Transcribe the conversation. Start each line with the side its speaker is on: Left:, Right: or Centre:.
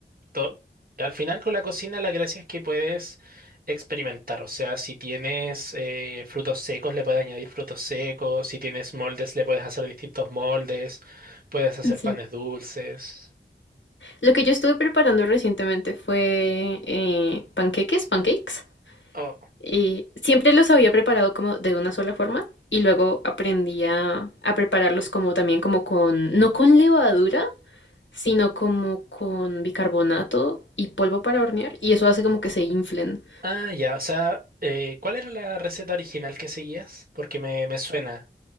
Right: to- al final con la cocina la gracia es que puedes experimentar, o sea, si tienes eh, frutos secos le puedes añadir frutos secos, si tienes moldes le puedes hacer distintos moldes, puedes hacer
Left: Sí.
Right: panes dulces.
Left: Lo que yo estuve preparando recientemente fue eh, panqueques, pancakes.
Right: Oh,
Left: Eh, siempre los había preparado como de una sola forma y luego aprendí a, a prepararlos como también como con, no con levadura, sino como con bicarbonato y polvo para hornear y eso hace como que se inflen.
Right: Ah, ya, o sea, eh, ¿cuál era la receta original que seguías? Porque me, me suena